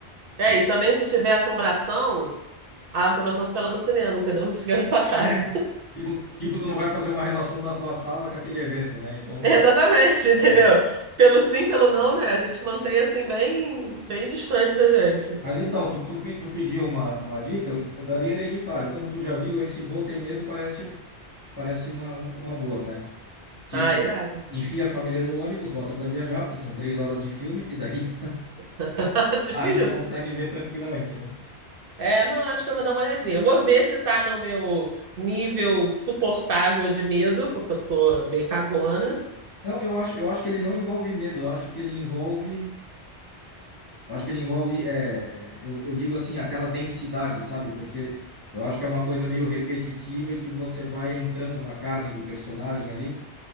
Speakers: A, on the right (about 60°); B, on the left (about 30°).
A: É,
B: E,
A: e também se tiver assombração. A assombração fica lá no cinema, entendeu? Não fica na sua
B: <laughs>
A: casa.
B: é, tipo, tipo, tu não vai fazer uma relação da tua sala com aquele evento, né?
A: <laughs>
B: Então
A: Exatamente,
B: é,
A: entendeu?
B: é melhor.
A: Pelo sim, pelo não, né? A gente mantém assim bem, bem distante da gente.
B: Mas então, tu, tu, pe- tu pediu uma, uma dica, eu daria hereditário. Como tu já viu, esse bo tem Medo parece, parece uma, uma uma boa, né? Tipo,
A: Ah, irado.
B: enfia a família no ônibus, bota pra viajar, porque são três horas de filme, e daí <laughs>
A: <laughs> Tipo
B: aí
A: isso.
B: tu consegue ver tranquilamente, né?
A: É, não, acho que eu vou dar uma olhadinha. Eu vou ver se tá no meu nível suportável de medo, porque eu sou meio cagona.
B: Não, eu acho, eu acho que ele não envolve medo, eu acho que ele envolve. Acho que ele envolve, é, é, eu, eu digo assim, aquela densidade, sabe? Porque eu acho que é uma coisa meio repetitiva e que você vai entrando na carne do personagem ali